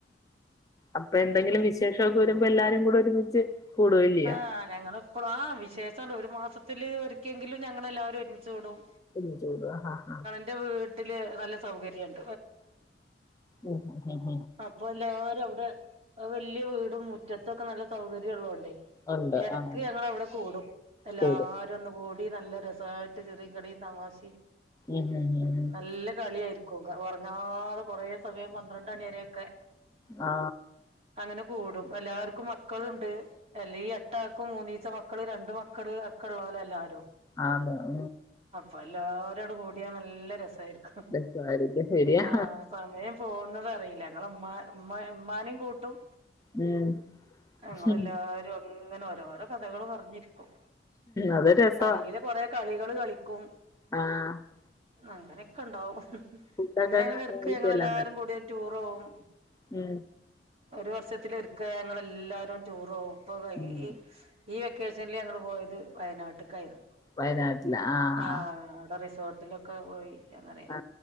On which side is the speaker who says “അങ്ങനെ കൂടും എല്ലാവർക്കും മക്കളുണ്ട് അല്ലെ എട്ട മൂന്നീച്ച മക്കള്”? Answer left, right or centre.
Right